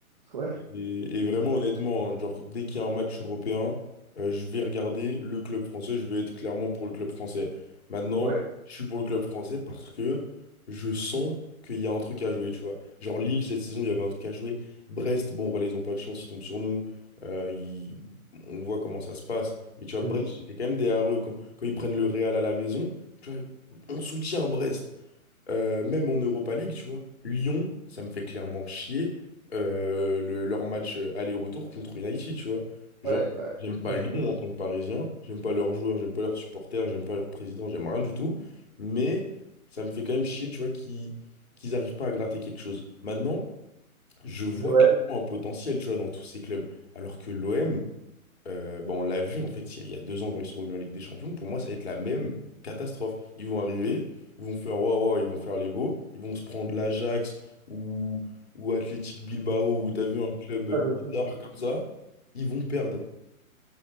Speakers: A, in the centre; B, on the left.
A: <laughs> Ouais,
B: Et, et vraiment, honnêtement, hein, genre, dès qu'il y a un match européen, euh, je vais regarder le club français, je vais être clairement pour le club français. Maintenant,
A: ouais.
B: je suis pour le club français parce que je sens qu'il y a un truc à jouer, tu vois. Genre, Lille, cette saison, il y avait un truc à jouer. Brest, bon, voilà, ils ont pas de chance, ils tombent sur nous. Euh, ils- On voit comment ça se passe. Mais tu vois,
A: Tu
B: Brest,
A: me dis.
B: c'était quand même derrière eux. Quand, quand ils prennent le Real à la maison, tu vois, on soutient Brest. Euh, même en Europa League, tu vois, Lyon, ça me fait clairement chier euh, le- leur match euh, aller-retour contre United, tu vois. Genre,
A: Ouais, ouais.
B: j'aime pas
A: Match
B: Lyon
A: de foot,
B: en tant que Parisien, j'aime pas leurs joueurs, j'aime pas leurs supporters, j'aime pas leur président, j'aime rien du tout, mais ça me fait quand même chier, tu vois, qu'ils qu'ils arrivent pas à gratter quelque chose. Maintenant, je vois
A: l'OM,
B: clairement un potentiel, tu vois, dans tous ces clubs, alors que l'OM, euh, bah, on l'a vu en fait il y a, il y a deux ans quand ils sont revenus en Ligue des Champions, pour moi ça va être la même catastrophe. Ils vont arriver, ils vont faire waouh, waouh, ils vont faire les beaux, ils vont se prendre l'Ajax ou, ou Athletic Bilbao ou t'as vu un club bizarre
A: ça, de toute façon,
B: comme ça, ils vont perdre.